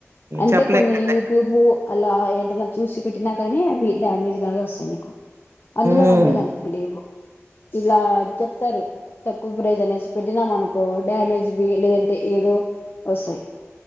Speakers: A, on the left; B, on the right.
A: అంటే
B: చెప్పలేం
A: కొన్ని
B: కదండీ.
A: యూట్యూబ్ అలా ఏంట చూసి పెట్టినా కానీ అవి డ్యామేజ్ లాగా వస్తాయి నీకు అందులో
B: హ్మ్.
A: నమ్మేదానికి లేవు ఇలా చెప్తారు తక్కువ ప్రైజ్ అనేసి పెట్టినాం అనుకో డ్యామేజ్ ది లేదంటే ఏదో వస్తాయి